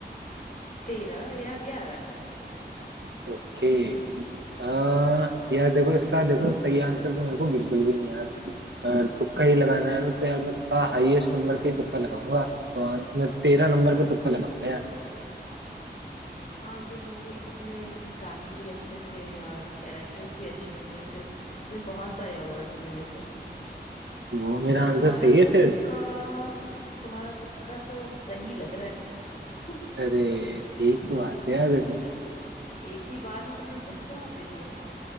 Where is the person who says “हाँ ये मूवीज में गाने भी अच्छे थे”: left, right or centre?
Left